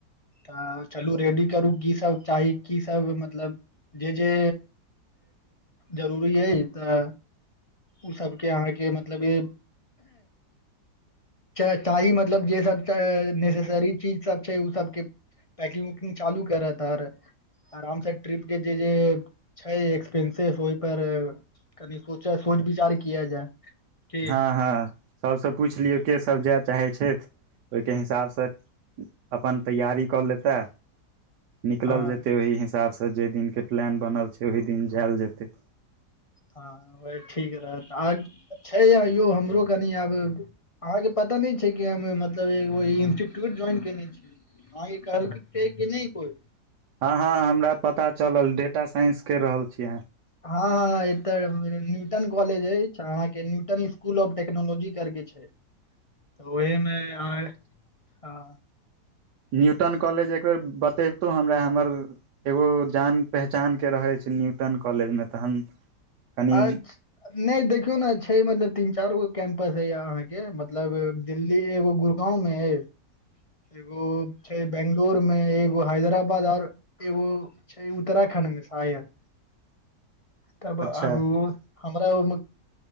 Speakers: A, on the left; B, on the right.
A: तऽ चलू रेडी करू की सब चाही की सब मतलब जे जे जरूरी अइ तऽ ओसभके अहाँके मतलब ई च चाही मतलब जे सब नेसेसरी चीज सब छै ओ सबके पैकिंग वकिंग चालू करे परत आराम से ट्रिप के जे जे छै एक्सपेंसिस ओहि पर कनि सोच सोच विचार किया जाय की
B: हँ हँ सभसँ पुछि लियौ केसभ जाय चाहै छथि ओहिके हिसाबसँ अपन तैयारी कऽ लेतै निकलल
A: हँ
B: जेतै ओहि हिसाबसँ जाहि दिनके प्लान बनल छै ओही दिन जायल जेतै
A: हँ वह ठीक रह छै या यो हमरो कनि आब अहाँके पता पता नहि छै कि हम मतलब एो इंस्टीट्यूट ज्वाइन केने छियै हँ ई कहलपतै कि नहि कोइ
B: हँ हँ हमरा पता चलल डेटा साइंस कर रहल छी
A: हँ हँ एतऽ न्यूटन कॉलेज अछि अहाँके स्कुल ऑफ टेकनोलॉजी करके छै तऽ ओहिमे हँ
B: न्यूटन कॉलेज एक बेेर बतेबतो हमरा हमर एगो जान पहचान के रहय छै न्यूटन कॉलेजमे तऽ हम कनि
A: अच्छा नहि देखियौ ने छै मतलब तीन चार गो कैंम्पस हय या अहाँ के मतलब दिल्ली एगो गुरगांव मे हय एगो छै बंगलोुर मे एगो हैदराबाद आऔर एगो छै उत्तराखंड शायद
B: <inaudible>
A: तब अब
B: अच्छा